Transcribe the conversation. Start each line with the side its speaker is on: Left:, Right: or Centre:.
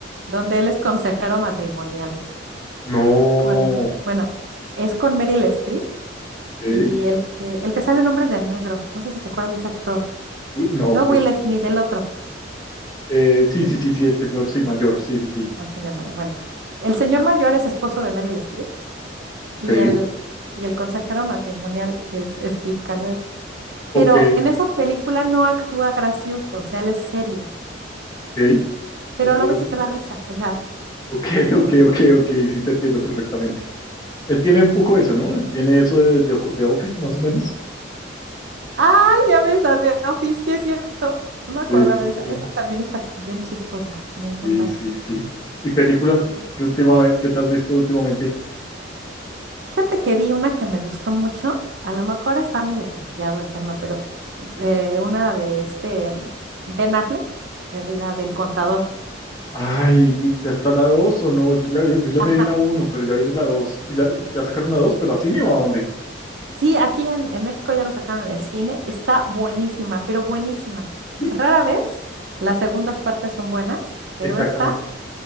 Right: donde él es consejero matrimonial
Left: No,
Right: con, bueno, es con Meryl Streep
Left: ¿eh?
Right: y el que, el que sale en Hombres de Negro, no sé si te acuerdas de ese actor,
Left: Uy, no,
Right: no
Left: pues
Right: Will Smith, el otro,
Left: eh, sí,
Right: eh,
Left: sí, sí, sí, el señor, sí, mayor, sí, sí, sí.
Right: el señor mayor, bueno, el señor mayor es esposo de Meryl Streep
Left: Ok,
Right: y el, y el consejero matrimonial es Steve Carell.
Left: Ok,
Right: Pero en esa película no actúa gracioso, o sea, él es serio,
Left: ok,
Right: pero
Left: ok,
Right: lo ves
Left: ok,
Right: y te da risa, o sea,
Left: ok, <laughs> ok, ok, ok, sí te entiendo perfectamente. Él tiene un poco eso, ¿no? Tiene eso de, de, de Office, más o menos.
Right: ay, ya ves la de Office, sí es cierto, no me acordaba
Left: Sí, sí,
Right: de esa,
Left: sí,
Right: esa también está bien chistosa, me encanta
Left: sí, sí,
Right: esa.
Left: sí. ¿Y películas
Right: Ujú.
Left: que últimamente, que te has visto últimamente?
Right: Fíjate que vi una que me gustó mucho, a lo mejor está medio trillado el tema, pero de una de este mm, Ben Affleck, eh, la del contador,
Left: Ay, ¿ya está la 2 o no? Yo, la- yo ya
Right: Ajá.
Left: me vi la uno, pero ya viene la dos ¿Y la- ya sacaron la dos, pero a cine o a dónde?
Right: Sí, aquí en, en México ya lo sacaron en el cine. Está buenísima, pero buenísima.
Left: Sí,
Right: Rara vez las segundas partes son buenas, pero
Left: exactamente,
Right: esta,